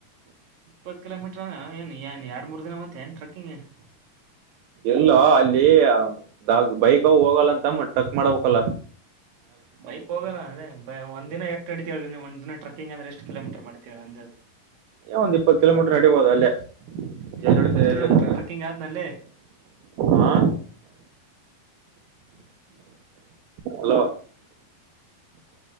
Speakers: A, on the right (about 55°); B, on the right (about 75°).
A: ಇಪ್ಪತ್ ಕಿಲೋಮೀಟ್ರ ಏನು ಏನ್ ಎರಡು ಮೂರ್ ದಿನ ಮತ್ತೆ ಏನ್ ಟ್ರೆಕ್ಕಿಂಗ್ ಏನ್
B: ಎಲ್ಲೋ ಅಲ್ಲಿ ದಾಗ ಬೈಕ್ ಹೋಗಲ್ಲ ಅಂತ ಟಕ್ ಮಾಡಬೇಕಲ್ಲ
A: ಮೈಕ್ ಹೋಗೋಣ ಅದೇ ಒಂದು ದ ದಿನ ಎಷ್ಟು ಅಡತೀೇಳಿ ನೀ ಒಂದ ದಿನ ಟ್ರಕಿಂಗ್ ಅ್ರ ಎಷ್ಟ ಕಿೋಮಟರ್ ಮಾಡತೀ ಹೇಳಿ ಅಂದ
B: ಒಂದ ಇಪ್ಪತ್ತು ಕಿಲೋಮೀಟರ್ ನಡೀಬೋುದು ಅಲ್ಲೇ ಏರಿಳಿತ
A: ಇಪ್ಪತ್
B: ಏರಿಳಿತ
A: ಕಿಲೋಮೀಟರ್ ಟ್ರೆಕ್ಕಿಂಗ್ ಆದ್ನಲ್ಲಿೆ
B: ಹಾ ಹಲೋ